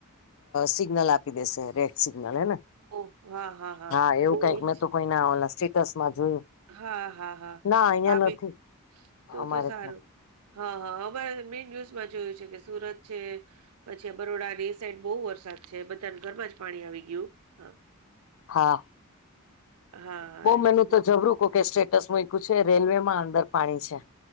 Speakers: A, on the left; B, on the right.
A: સિગ્નલ આપી દેશે રેડ સિગ્નલ હેને
B: ઓહ! હા,
A: હા એવું
B: એ ઓહ!
A: કઈક મેં
B: જ
A: તો કોઈ ના ઓ સ્ટેટસ માં જોયું
B: હા હા હા
A: ના અહિયાં
B: આવે
A: નથી
B: તો
A: અમારે
B: તો સારું
A: ત્યાં
B: હા હા અમારે મેય ન્યુઝમાં જોયું છે કે સુરત છે પછી બરોડા ની સાઈડ બહુ વરસાદ છે બધા ઘરમાં જ પાણી આવી ગયું હા
A: હા
B: હા,
A: બહુ
B: એ
A: મેન
B: જ
A: તો
B: ને.
A: જબરું કો કે સ્ટેટસ છે રેલવે માં અંદર પાણી છે